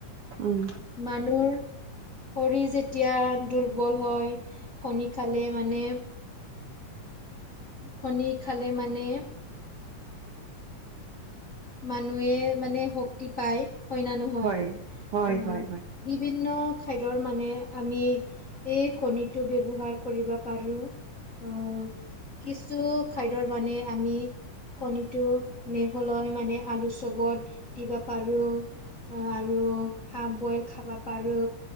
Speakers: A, on the right; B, on the left.
A: উম।
B: মানুৰ শৰীৰ যেতিয়া দুৰ্বল হয় কণী খালে মানে কণী খালে মানে মানুহে মানে শক্তি পায় হয় নে নহয়
A: হয় হয়
B: অ
A: হয় হয়
B: বিভিন্ন খাদ্যৰ মানে আমি এই কনীটো ব্যৱহাৰ কৰিবা পাৰো অ কিছু খাদ্যৰ মানে আমি কণীটো মেহলয় ম মানে আলু চবত দিবা পাৰো আৰু হাফ বইল খাবা পাৰো